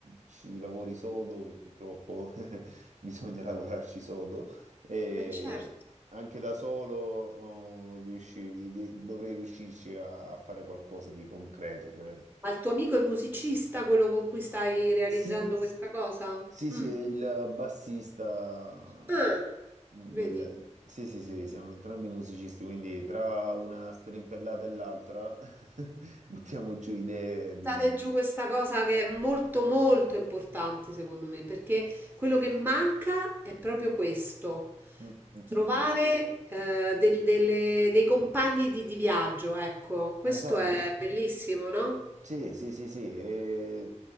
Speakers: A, on the right; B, on the right.
A: ci lavori sodo, e purtroppo <laughs> bisogna lavorarci sodo, eh,
B: Eh, certo.
A: anche da solo oh, riusci- di- dovrei riuscirci a, a fare qualcosa di concreto, credo.
B: Ma il tuo amico è musicista, quello con cui stai realizzando
A: Sì,
B: questa cosa?
A: Sì, sì,
B: Mm.
A: è il bassista
B: Ah,
A: del...
B: Vedi,
A: Sì, sì, sì, siamo entrambi musicisti, quindi tra una strimpellata e l'altra <laughs> buttiamo giù idee di...
B: buttate giù questa cosa che è molto molto importante secondo me, perché quello che manca è proprio questo,
A: Mm, mm,
B: trovare
A: mm, mm.
B: eh, del- delle- dei compagni di, di viaggio, ecco, questo
A: Esatto.
B: è bellissimo, no?
A: Sì, sì, sì, sì, è,